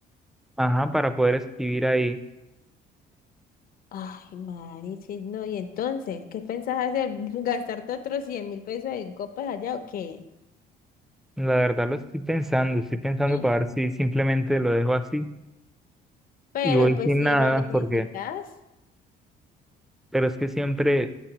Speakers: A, in the centre; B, on the left.
A: ajá, para poder escribir ahí.
B: Ay, Marichis, no, y entonces, ¿qué pensás hacer? <laughs> ¿Gastarte otros 100 mil pesos en copas allá o qué?
A: La verdad lo estoy pensando, estoy pensando
B: Mm,
A: para ver si simplemente lo dejo así
B: Pero
A: y voy
B: pues
A: sin
B: si
A: nada,
B: lo necesitas,
A: porque, pero es que siempre,